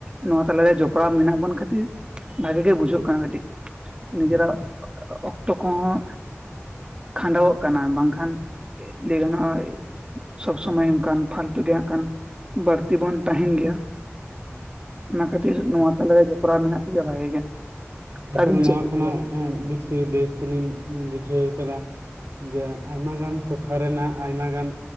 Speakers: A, on the right; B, on the right.
A: ᱱᱚᱣᱟ ᱛᱟᱞᱟᱨᱮ ᱡᱚᱯᱲᱟᱣ ᱢᱮᱱᱟᱜ ᱵᱚᱱ ᱠᱷᱟᱹᱛᱤᱨ ᱵᱷᱟᱜᱮ ᱜᱮ ᱵᱩᱡᱷᱟᱹᱜ ᱠᱟᱱᱟ ᱠᱟᱹᱴᱤᱜ ᱾
B: ᱦᱩᱸ
A: ᱱᱤᱡᱮᱨᱟᱜ ᱚᱠᱛᱚ ᱠᱚᱦᱚᱸ ᱠᱷᱟᱸᱰᱟᱣ ᱚᱜ ᱠᱟᱱᱟ᱾ ᱵᱟᱝᱠᱷᱟᱱ ᱞᱟᱹᱭ ᱜᱟᱱᱚᱜᱼᱟ ᱥᱚᱵᱽ ᱥᱚᱢᱚᱭ ᱚᱱᱠᱟᱱ ᱯᱷᱟᱞᱛᱩ ᱜᱮ, ᱦᱟᱸᱜ ᱠᱷᱟᱱ ᱵᱟᱹᱲᱛᱤ ᱛᱮᱵᱚᱱ ᱛᱟᱦᱮᱸᱱ ᱜᱮᱭᱟ᱾
B: ᱦᱮᱸᱻ ᱦᱩᱸᱻ᱾
A: ᱚᱱᱟ ᱠᱷᱟᱹᱛᱤᱨ ᱱᱚᱣᱟ ᱛᱟᱞᱮ ᱨᱮ, ᱡᱚᱯᱲᱟᱣ ᱢᱮᱱᱟᱜ ᱛᱮᱜᱮ ᱵᱷᱟᱜᱮ ᱜᱮ᱾
B: ᱛᱟᱨᱯᱚᱨᱮ
A: ᱟᱹᱵᱤᱱ
B: ᱱᱚᱣᱟ
A: ᱪᱮᱫ ᱵᱤᱱ
B: ᱠᱷᱚᱱᱟᱜ
A: ᱞᱟᱹᱭᱟ
B: ᱵᱮᱥᱤ ᱵᱮᱥ ᱫᱚᱞᱤᱧ ᱵᱩᱡᱷᱟᱹᱣ ᱠᱟᱫᱟ᱾ ᱡᱮ ᱟᱭᱢᱟ ᱜᱟᱱ ᱴᱚᱴᱷᱟ ᱨᱮᱱᱟᱜ, ᱟᱭᱢᱟ ᱜᱟᱱ